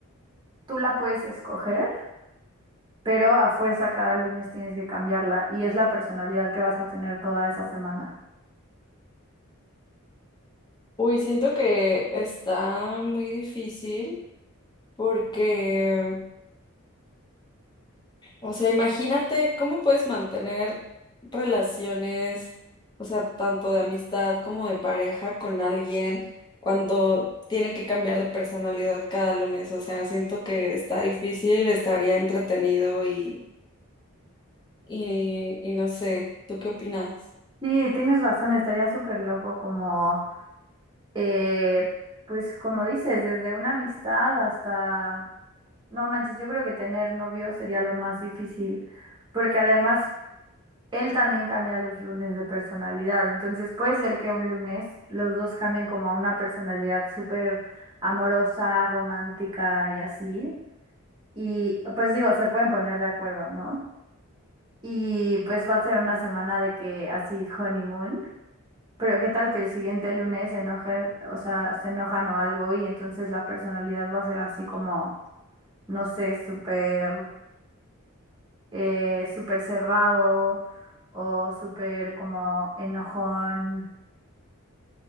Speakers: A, on the right; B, on the left.
A: tú la puedes escoger, pero a fuerza cada lunes tienes que cambiarla y es la personalidad que vas a tener toda esa semana.
B: Uy, siento que está muy difícil porque, o sea, imagínate cómo puedes mantener relaciones, o sea, tanto de amistad como de pareja con alguien cuando tiene que cambiar de personalidad cada lunes. O sea, siento que está difícil, estaría entretenido y, y, y no sé, ¿tú qué opinas?
A: Sí, tienes razón, estaría súper loco como... Eh, pues como dices, desde una amistad hasta, no manches, yo creo que tener novio sería lo más difícil, porque además él también cambia los lunes de personalidad, entonces puede ser que un lunes los dos cambien como a una personalidad súper amorosa, romántica y así, y pues digo, se pueden poner de acuerdo, ¿no? Y pues va a ser una semana de que así honeymoon. Pero qué tal que el siguiente lunes se enoje, o sea, se enojan o algo y entonces la personalidad va a ser así como, no sé, súper, eh, súper cerrado o súper como enojón.